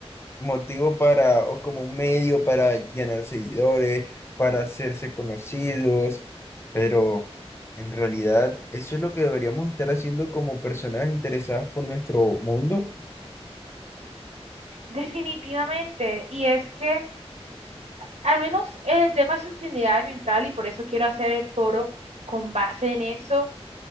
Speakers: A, on the left (about 25°); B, on the right (about 85°).
A: motivo para, o como un medio para ganar seguidores, para hacerse conocidos, pero en realidad eso es lo que deberíamos estar haciendo como personas interesadas por nuestro mundo.
B: Definitivamente, y es que al menos el tema de sostenibilidad ambiental, y por eso quiero hacer el foro con base en eso,